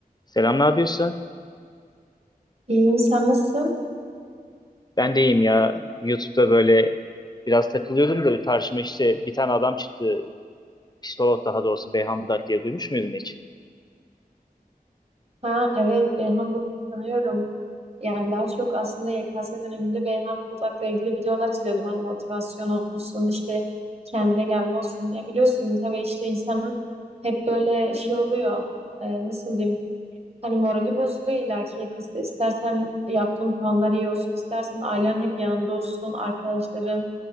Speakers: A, on the left; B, on the right.
A: Selam, ne yapıyorsun?
B: İyiyim, sen nasılsın?
A: Ben de iyiyim ya. YouTube'da böyle biraz takılıyordum da karşıma işte bir tane adam çıktı. Psikolog daha doğrusu Beyhan Budak diye duymuş muydun hiç?
B: Ha evet, Beyhan Budak'ı tanıyorum. Yani daha çok aslında YKS döneminde Beyhan Budak'la ilgili videolar izliyordum. Hani motivasyon olsun, işte kendine gelme olsun. Ya biliyorsun tabii işte insanın hep böyle şey oluyor. Ee, nasıl diyeyim? Hani morali bozuluyor illaki yakasında. İstersen yaptığın planlar iyi olsun, istersen ailen hep yanında olsun, arkadaşların.